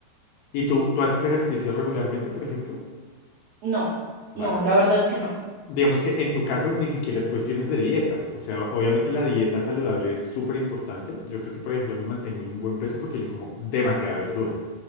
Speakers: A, on the left; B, on the right.
A: ¿Y tú, tú haces ejercicio regularmente, por ejemplo?
B: No,
A: Vale.
B: no, la verdad es que no.
A: Digamos que en tu caso ni siquiera es cuestiones de dietas. O sea, obviamente la dieta saludable es súper importante. Yo creo que, por ejemplo, me mantengo en un buen peso porque yo como demasiada verdura.